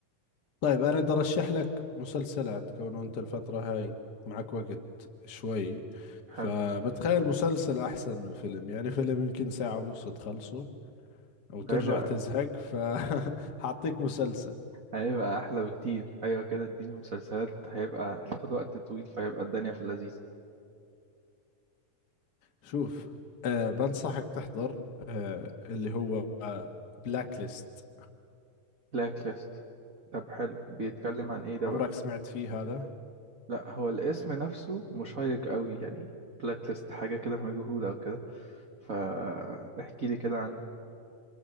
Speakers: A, on the left; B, on the right.
A: طيب أنا بدي أرشح لك مسلسلات كونه أنت الفترة هاي معك وقت شوي فبتخيل
B: حلو
A: مسلسل أحسن من فيلم يعني فيلم يمكن ساعة ونص تخلصه أو ترجع
B: هيبقى
A: تزهق فحاعطيك <laughs> مسلسل
B: هيبقى احلى بكتير ايوه كده اديني مسلسلات هيبقى هتاخد وقت طويل فهيبقى الدنيا في اللذيذ
A: شوف أه بنصحك تحضر أه اللي هو بلاك ليست
B: بلاك ليست طب حلو بيتكلم عن ايه ده
A: عمرك
B: بقى
A: سمعت فيه هذا
B: لا هو الاسم نفسه مشيق قوي يعني بلاك ليست حاجه كده مجهوله او كده فاحكي لي كده عنه